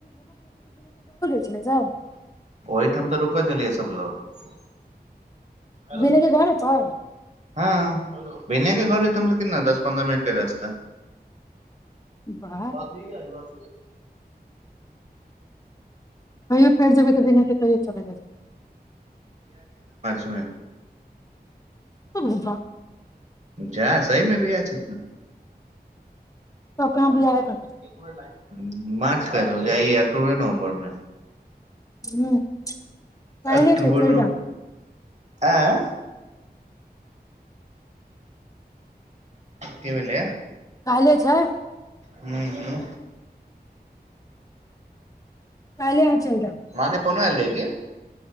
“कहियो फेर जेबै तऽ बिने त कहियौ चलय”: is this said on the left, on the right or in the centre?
Left